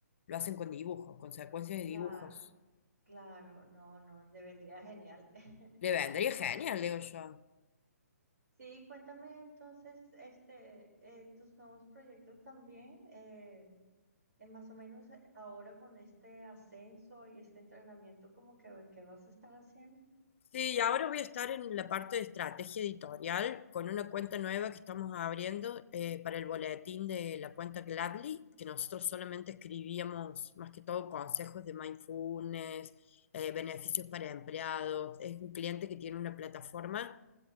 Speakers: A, on the left; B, on the right.
A: lo hacen con dibujos, con secuencias
B: Claro,
A: de dibujos.
B: claro, no, no, le vendría genial. <laughs>
A: Le vendría genial,
B: Sí,
A: digo yo.
B: sí, cuéntame entonces este, eh, tus nuevos proyectos también. eh, eh, más o menos eh, ahora con este ascenso y este entrenamiento, como que, ¿qué vas a estar haciendo?
A: Sí, y ahora voy a estar en la parte de estrategia editorial con una cuenta nueva que estamos abriendo eh, para el boletín de la cuenta Gladly, que nosotros solamente escribíamos más que todo consejos de mindfulness, eh, beneficios para empleados. Es un cliente que tiene una plataforma